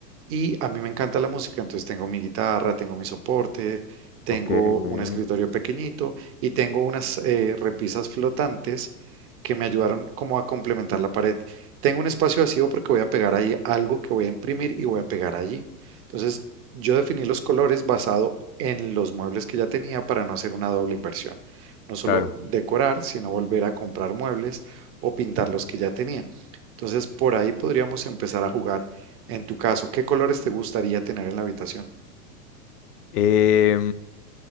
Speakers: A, on the right; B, on the left.
A: Y a mí me encanta la música, entonces tengo mi guitarra, tengo mi soporte, tengo
B: ok, muy
A: un
B: bien.
A: escritorio pequeñito y tengo unas eh, repisas flotantes que me ayudaron como a complementar la pared. Tengo un espacio vacío porque voy a pegar ahí algo que voy a imprimir y voy a pegar allí. Entonces, yo definí los colores basado en los muebles que ya tenía para no hacer una doble inversión. No solo
B: Claro.
A: decorar, sino volver a comprar muebles o pintar los que ya tenía. Entonces, por ahí podríamos empezar a jugar. En tu caso, ¿qué colores te gustaría tener en la habitación?
B: Eh,